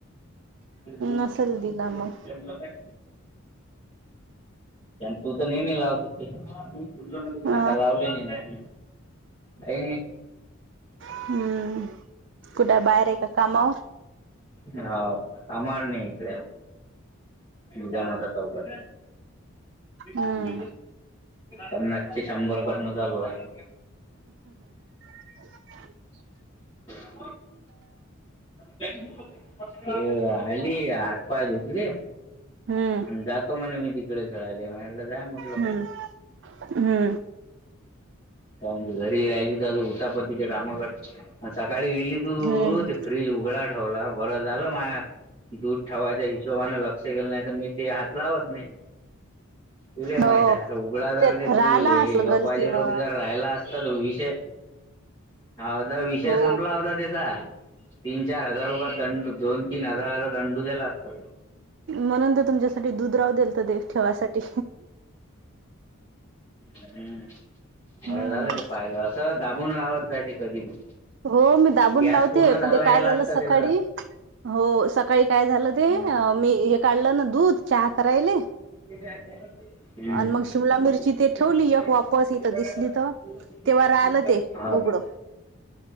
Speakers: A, on the left; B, on the right.
A: <unintelligible>
B: नसेल दिला मग
A: लावताय तू तर नेहमी लावत ते
B: ह
A: आता लावले नाही. अईन.
B: हम्म! कुठे बाहेर ए का कामावर?
A: हाव आम्हाला न्यायचं. दहाहाजार चौसष्ट.
B: हम्म
A: हम! पन्नासचे शंभर पण चालू आहे.
B: <inaudible>
A: <unintelligible> <inaudible> अ आली हातपाय धुतले ‌.
B: हम्म
A: जातो म्हणे मी तिकडे खेळाले म्हणाला जाय म्.
B: हम्म! हम्म!
A: घरी राहिली तर उतापतीच्या काम कर अन सकाळी गेली. तू
B: हम्म
A: ते फ्रीज उघड ठेवला बरं झालं माया. दूध ठेवायच्या हिशोबानें लक्ष केलं नाही तर मी ते हात लावत नाही. तुला माहित
B: हो
A: आहे. आता उघडा जर ते तू
B: राहिला
A: यकवाजे
B: असल गलतीनं
A: लोक जर राहिला अस विषय हाता विषय
B: हो
A: संपला होता त्याचा. तीन चार हजार रुपय दंडू दोन तीन हजाराचा दंडू दिला असत.
B: म्हणून तर तुमच्यासाठी दुध राहूदलीत ते ठेवासाठी.
A: हम्म!
B: हम्म
A: झालं ते पाहिलं असं दाबून लावत जाय ते कधी बी.
B: हो मी दाबून
A: गॅस
B: लावते
A: पूर्ण चालला
B: पण ते काय
A: गेला
B: झालं
A: असता
B: सकाळी
A: त्याचा
B: हो सकाळी काय झालं
A: हम्म
B: ते मी हे काढलं ना दूध चहा करायले.
A: <unintelligible> हम <unintelligible>
B: आणि मग शिमला मिरची ते ठेवली एक वापस इथं दिसली तर तेव्हा राहिलं ते
A: हा
B: उघडं